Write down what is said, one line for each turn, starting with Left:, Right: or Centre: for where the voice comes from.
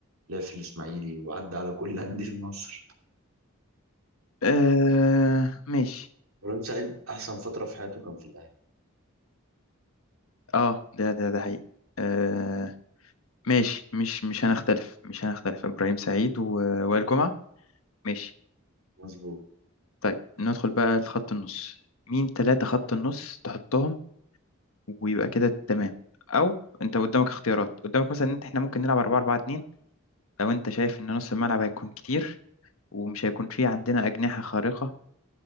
Right: لعب في الإسماعيلي وعدى على كل <laughs> أندية مصر
Left: آه ماشي
Right: إبراهيم سعيد أحسن فترة في حياته كان في الأهلي
Left: اه ده ده ده حقيقي آه ماشي مش مش هنختلف مش هنختلف ابراهيم سعيد و... وائل جمعه ماشي
Right: مظبوط
Left: طيب ندخل بقى لخط النص مين ثلاثة خط النص تحطهم ويبقى كده تمام أو أنت قدامك اختيارات قدامك مثلا إن إحنا ممكن نلعب 4 4 2 لو أنت شايف إن نص الملعب هيكون كتير ومش هيكون فيه عندنا أجنحة خارقة